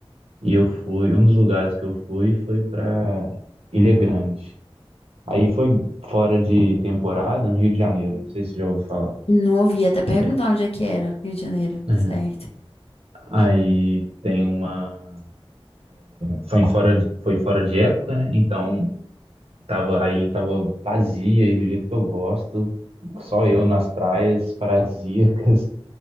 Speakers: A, on the right (about 80°); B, on the left (about 80°).
A: e eu fui, um dos lugares que eu fui foi para Ilha Grande. Aí foi fora de temporada, no Rio de Janeiro, não sei se já ouviu falar.
B: Não ouvi até perguntar
A: É.
B: onde é que era, Rio de Janeiro,
A: Uhum.
B: tá certo.
A: Aí tem uma, foi em fora de, foi fora de época, né? Então tava, a ilha tava vazia e do jeito que eu gosto, só eu nas praias paradisíacas.